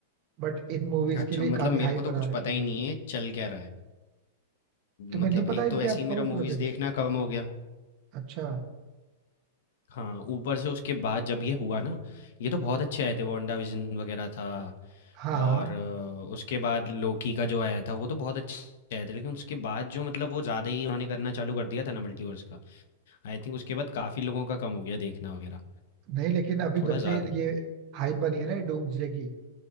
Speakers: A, on the right; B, on the left.
A: बट इन मूवीज
B: अच्छा,
A: के लिए
B: मतलब
A: काफी
B: मेरे
A: हाइप
B: को तो
A: बना
B: कुछ
A: रखी
B: पता
A: है
B: ही नहीं है चल क्या रहा है।
A: तुम्हें
B: मतलब
A: नहीं पता
B: एक
A: इनके
B: तो वैसे
A: अपकमिंग
B: ही मेरा
A: भी
B: मूवीज़
A: प्रोजेक्ट
B: देखना कम हो गया।
A: अच्छा
B: हाँ, ऊपर से उसके बाद जब ये हुआ ना ये तो बहुत अच्छे आए थे वांडा विजन वगैरह था
A: हाँ हाँ
B: और अ, उसके बाद लोकी का जो आया था वो तो बहुत अच्छे आए थे लेकिन उसके बाद जो मतलब वो ज़्यादा ही उन्होंने करना चालू कर दिया था ना मल्टीवर्स का आई थिंक उसके बाद काफ़ी लोगों का कम हो गया देखना वगैरह
A: नहीं लेकिन अभी
B: थोड़ा
A: जब से
B: ज़्यादा
A: ये हाइप बनी है ना डूम्सडे की